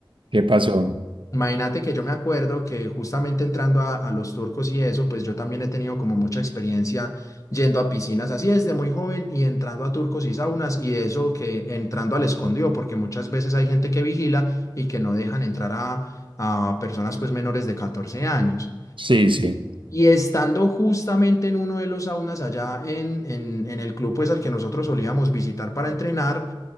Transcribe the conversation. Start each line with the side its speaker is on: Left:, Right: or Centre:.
Right: ¿Qué pasó?
Left: Imagínate que yo me acuerdo que justamente entrando a, a los turcos y eso, pues yo también he tenido como mucha experiencia yendo a piscinas así desde muy joven y entrando a turcos y saunas y de eso que entrando al escondido, porque muchas veces hay gente que vigila y que no dejan entrar a, a personas pues menores de 14 años.
Right: Sí, sí.
Left: Y estando justamente en uno de los saunas allá en, en, en el club pues al que nosotros solíamos visitar para entrenar,